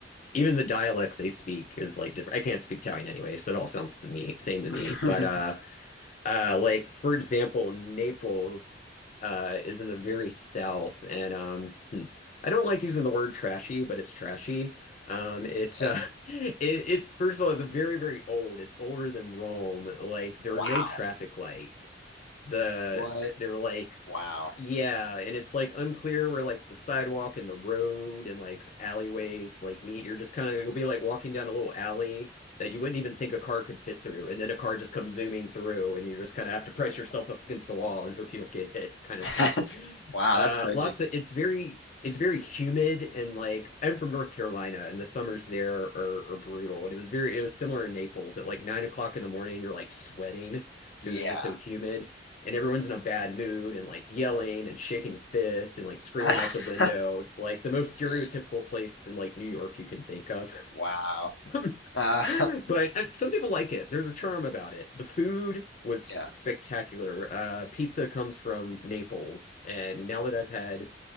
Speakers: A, on the left (about 40°); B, on the left (about 85°).
A: even the dialect they speak is like different. I can't speak Italian anyway, so it all sounds to me same to
B: <laughs>
A: me. But uh, uh, like for example, Naples uh, is in the very south, and um, hmm, I don't like using the word trashy, but it's trashy. Um, it's
B: Yeah.
A: uh, <laughs> it, it's first of all, it's very very old. It's older than Rome. Like there
B: Wow.
A: are no traffic lights. The
B: What?
A: they're like
B: Wow.
A: yeah, and it's like unclear where like the sidewalk and the road and like alleyways like meet. You're just kind of you'll be like walking down a little alley that you wouldn't even think a car could fit through, and then a car just comes zooming through, and you just kind of have to press
B: Ooh.
A: yourself up against the wall and hope you don't get hit, kind
B: <laughs>
A: of thing.
B: That's wow,
A: Uh,
B: that's crazy.
A: lots of it's very it's very humid and like I'm from North Carolina, and the summers there are, are brutal. And it was very it was similar in Naples at like nine o'clock in the morning, you're like sweating
B: Yeah.
A: because it's just so humid and everyone's in a bad mood and like yelling and shaking the fist and like screaming
B: <laughs>
A: out the window. It's like the most stereotypical
B: Yeah.
A: place in like New York you can think of.
B: Wow.
A: <laughs>
B: Uh,
A: But uh, some people like it. There's a charm about it. The food was
B: <laughs> yeah.
A: spectacular. Uh, pizza comes from Naples, and now that I've had